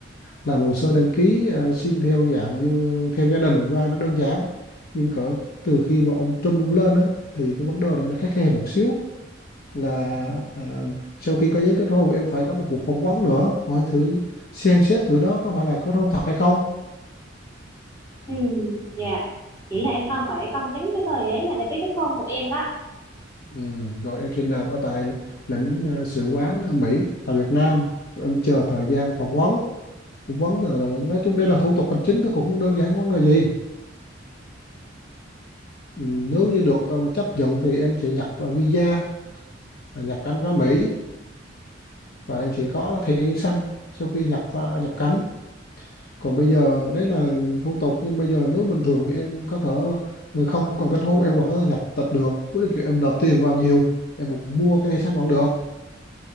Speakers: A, on the left; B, on the left.
A: làm hồ sơ đăng ký ờ, xin theo dạng như theo gia đình qua nó đơn giản nhưng cỡ từ khi mà ông Trump ông lên đó, thì cái vấn đề này nó khắt khe một xíu là à, sau khi có giấy kết hôn em phải có một cuộc phỏng vấn nữa hỏi thử xem xét thử đó có phải là kết hôn thật hay không
B: ừ dạ chỉ là em cần phải công chứng cái tờ giấy mà để ký kết hôn của em đó
A: ừ, rồi em sẽ nộp ở tại lãnh à, sự quán ở Mỹ tại Việt Nam Rồi em chờ thời gian phỏng vấn phỏng vấn là là- nói chung đây là thủ tục hành chính nó cũng không đơn giản vấn đề gì ừ, nếu như được à, chấp nhận thì em sẽ nhập à, visa à, nhập cảnh vào Mỹ và em sẽ có thẻ xanh sau khi nhập à, nhập cảnh còn bây giờ đấy là thủ tục nhưng bây giờ nếu bình thường em có thể ờ, không cần kết hôn em vẫn có thể nhập tịch được với điều kiện em nộp tiền vào nhiều em mua cái thẻ xanh vẫn được